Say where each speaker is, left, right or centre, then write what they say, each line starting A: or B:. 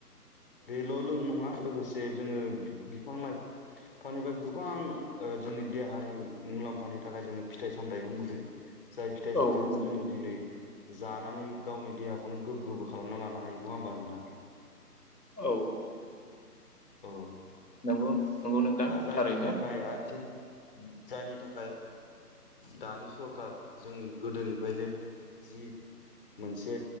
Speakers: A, on the left; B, on the left.
A: बेल' नङा लोगोसे जे जोङो बिफां लाइफ फानहैबाया गोबां ओ जोंनि देहानि मुलाम्फानि थाखाय जोङो फिथाइ सामथायबो मोनो जाय फिथाइ
B: औ
A: सामथायाइखौ
B: नंगौ
A: जोङो दिनै जानानै गावनि देहा बेखौनो गोग्गोबो खालामना लानो हायो नङा होमबा नोंथां
B: औ
A: औ
B: नंगौ नंगौ नोंथां
A: दा जायनि
B: थारैनो
A: थाखाय आथिं जायनि थाखाय दानि सरखार जोंनि गोदोनिफ्रायनो जि मोनसे